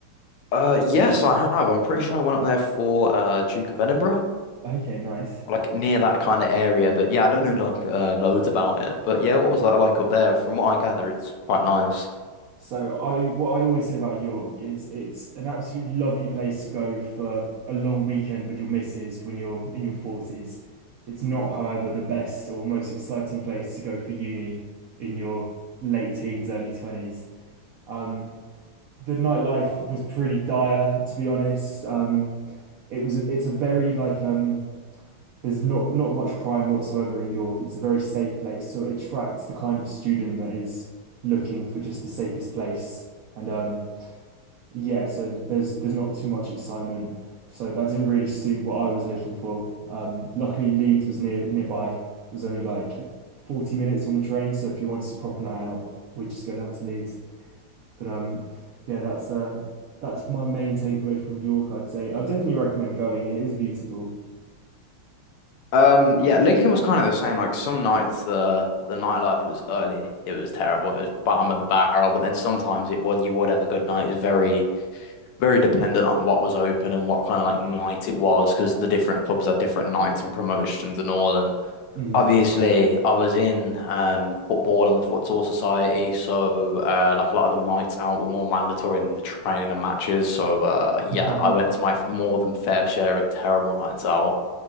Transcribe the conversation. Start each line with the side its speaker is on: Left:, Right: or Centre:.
Left: Uh, yes, I have. I'm pretty sure I went up there for uh Duke of Edinburgh,
Right: Okay, nice.
Left: like near that kind of area. But yeah, I don't know like uh loads about it. But yeah, what was that like up there? From what I gather, it's quite nice.
Right: So I what I always say about York is it's an absolutely lovely place to go for a long weekend with your missus when you're in your 40s. It's not, however, the best or most exciting place to go for uni in your late teens, early 20s. Um, the nightlife was pretty dire, to be honest. Um, it was it's a very like um, there's not not much crime whatsoever in York. It's a very safe place, so it attracts the kind of student that is looking for just the safest place. And um, yeah, so there's there's not too much excitement. So that didn't really suit what I was looking for. Um, luckily Leeds was near nearby. It was only like 40 minutes on the train, so if you wanted a proper night out, we'd just go down to Leeds. But um, yeah, that's uh, that's my main takeaway from York, I'd say. I definitely recommend going. It is beautiful.
Left: Um, yeah, Lincoln was kind of the same. Like some nights the the nightlife was early, it was terrible, it was bottom of the barrel, but then sometimes it would you would have a good night. It was very, very dependent on what was open and what kind of like night it was, because the different clubs had different nights and promotions and all. And
Right: hmm
Left: obviously I was in um football and the futsal society, so uh like a lot of them nights out were more mandatory than the training and matches. So uh yeah,
Right: <laughs>
Left: I went to my f- more than fair share of terrible nights out.